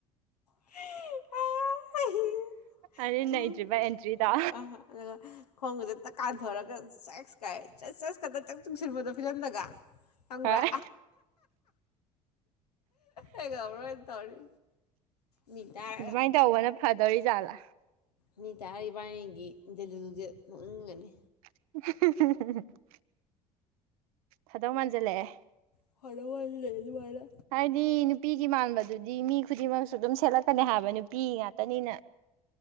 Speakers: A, on the left; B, on the right.
A: <unintelligible>
B: ꯑꯗꯨ ꯅꯩꯗ꯭ꯔꯤꯕ ꯑꯦꯟꯇ꯭ꯔꯤꯗꯣ
A: ꯑꯥ ꯑꯗꯨꯒ ꯈꯣꯡꯒꯁꯦ ꯇꯛ ꯀꯥꯟꯊꯧꯔꯒ ꯆꯁ ꯀꯥꯏ <unintelligible> <unintelligible> ꯆꯨꯡꯁꯤꯟꯕꯗꯣ ꯐꯤꯂꯝꯗꯒ ꯈꯪꯕ꯭ꯔꯥ
B: ꯍꯣꯏ
A: ꯑꯩ ꯉꯥꯃꯔꯣꯏꯗꯥ ꯇꯧꯔꯤ ꯃꯤ ꯇꯥꯔꯒ
B: ꯑꯗꯨꯃꯥꯏꯅ ꯇꯧꯕꯅ ꯐꯗꯧꯔꯤꯖꯥꯠꯂꯥ
A: ꯃꯤ ꯇꯥ ꯏꯕꯥꯅꯤꯒꯤ ꯏꯟꯗꯂꯨꯂꯨꯖꯦ ꯅꯣꯛꯅꯤꯡꯉꯥꯅꯤ
B: <unintelligible> ꯐꯥꯗꯧ ꯃꯥꯟꯖꯤꯜꯂꯛꯑꯦ
A: <unintelligible>
B: ꯍꯥꯏꯗꯤ ꯅꯨꯄꯤꯒꯤ ꯃꯥꯟꯕꯗꯨꯗꯤ ꯃꯤ ꯈꯨꯗꯤꯡꯃꯛꯁꯨ ꯑꯗꯨꯝ ꯁꯦꯠꯂꯛꯀꯅꯤ ꯍꯥꯏꯕ ꯅꯨꯄꯤ ꯉꯥꯛꯇꯅꯤꯅ